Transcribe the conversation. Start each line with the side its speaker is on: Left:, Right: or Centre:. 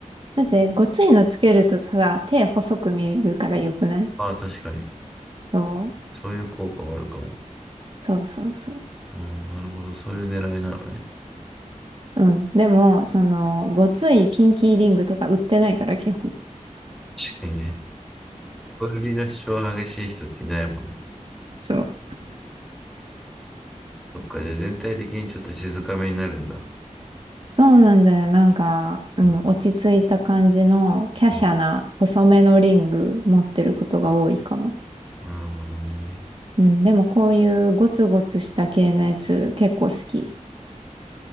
Right: だって、ごついのつけるとただ手細く見えるからよくない
Centre: ああ、確かに。
Right: そう、
Centre: そういう効果はあるかも。
Right: そうそうそうそう。
Centre: うん、なるほど。そういう狙いなのね。
Right: うん。でも、その、ごついピンキーリングとか売ってないから、基本。
Centre: 確かにね。小指の主張が激しい人っていないもんね。
Right: そう。
Centre: そっか、じゃあ全体的にちょっと静かめになるんだ。
Right: そうなんだよ。なんか、うん、
Centre: うん、
Right: 落ち着いた感じの、華奢な、
Centre: うん
Right: 細めのリング持ってることが多いかも。
Centre: なるほどね。
Right: うん。でも、こういうゴツゴツした系のやつ、結構好き。